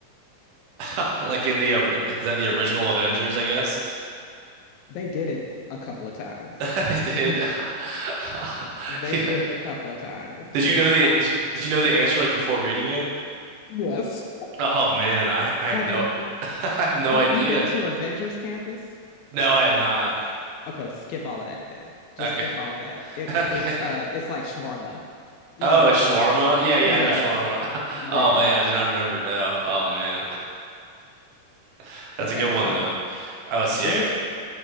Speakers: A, on the right; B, on the left.
A: <laughs> Like in the ori- is that the original Avengers, I guess?
B: They did it a couple of times.
A: <laughs> I
B: <laughs>
A: Did <laughs>
B: They
A: yeah.
B: did it a couple of times.
A: Did you
B: They're
A: know
B: spotted.
A: the did you, did you know the answer like before reading it?
B: Yes.
A: Oh man, I I have
B: Have
A: no
B: you
A: <laughs> I have no
B: have
A: idea.
B: you been to Avengers campus?
A: No, I have not.
B: Okay, skip all of that then. Just
A: Okay.
B: skip all of that. It
A: <laughs>
B: wa-
A: Okay.
B: it's uh it's like shawarma, you
A: Oh,
B: know, like
A: it's
B: those.
A: shawarma. Yeah, yeah,
B: Yes.
A: I know shawarma. <laughs>
B: Yeah.
A: Oh man, I did not remember. No. Oh man. <laughs> That's
B: Okay,
A: a good one
B: so
A: though. Oh, let's
B: what
A: see. I